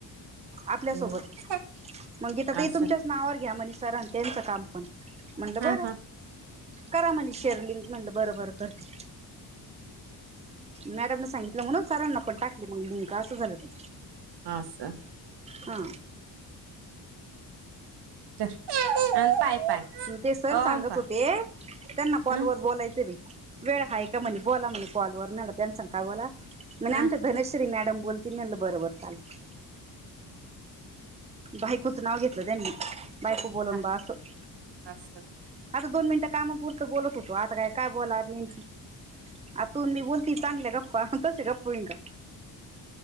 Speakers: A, on the right; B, on the right.
A: आपल्यासोबत
B: हम्म
A: मगी तर
B: असं
A: तुमच्याच नावावर घ्या मनीष रा आणि त्यांचं काम पण, म्हणेलं
B: हा
A: बरं!
B: हा
A: करा म्हणा शेअरलिंंग म्हणलं, बरं बरं करतें. मॅडमला सांगितलं म्हणूनचं सरांना पणं टाकलें मंग, लिंक असं झालं. ते
B: आस
A: हा.
B: <inaudible>
A: ते सर
B: ओम
A: सांगत
B: पाय
A: होतें, त्यांनां कॉलवर
B: हं
A: बोलायचं. बाई वेळ आहे का म्हणे बोला म्हणे कॉलवरना त्यांनं संग काय बोला म्हणे,
B: हं
A: आमच्या धनश्री मॅडम बोलती नं बरं बर चालत बायकोच नाव घेतलं त्यांनी बायको बोलन
B: हा
A: बा अस--.
B: असं
A: आता दोन मिनिटं कामांपुरतं बोलतं होतों. आता कायं कायं बोला, नेमकी आतून मी बोलते, चांगल्या गप्पां तसे आहे. गप्पू इनका